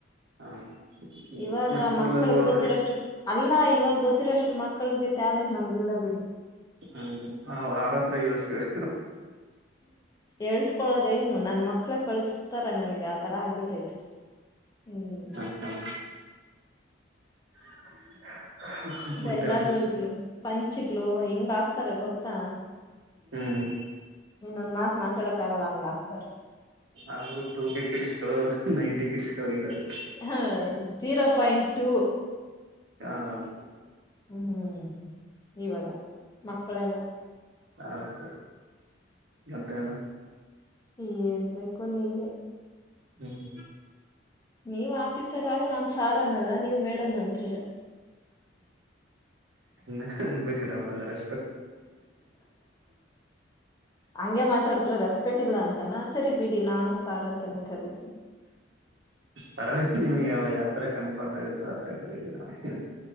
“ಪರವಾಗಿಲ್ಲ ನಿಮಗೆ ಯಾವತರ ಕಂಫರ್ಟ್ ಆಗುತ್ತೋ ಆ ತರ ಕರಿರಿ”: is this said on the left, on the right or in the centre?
Right